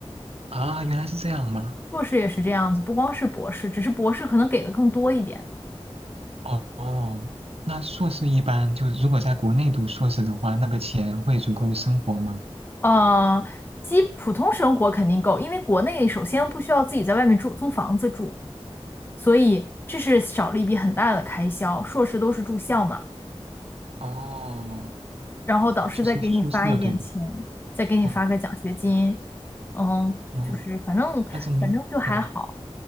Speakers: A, on the right (about 70°); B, on the left (about 20°).
A: 啊，原来是这样吗？
B: 硕士也是这样子，不光是博士，只是博士可能给的更多一点。
A: 哦哦，那硕士一般就是如果在国内读硕士的话，那个钱会足够生活吗？
B: 呃，基普通生活肯定够，因为国内首先不需要自己在外面住租房子住，所以这是少了一笔很大的开销。硕士都是住校嘛。
A: 哦，
B: 然后导师再给你发一点钱，
A: 就是宿舍对吧？
B: 再给你发个奖学金，
A: 哦
B: 嗯，
A: 哦，
B: 就是反正
A: 那这么样的，
B: 反正就还好，
A: 嗯